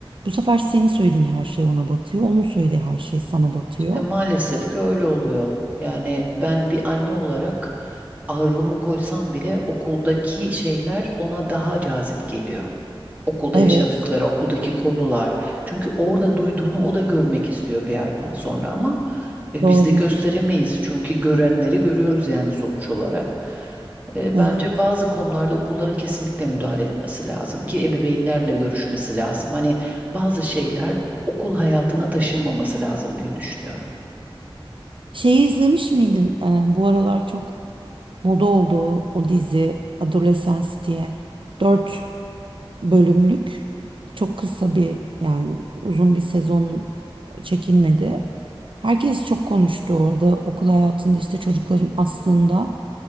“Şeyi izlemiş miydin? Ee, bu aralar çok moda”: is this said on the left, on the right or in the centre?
Right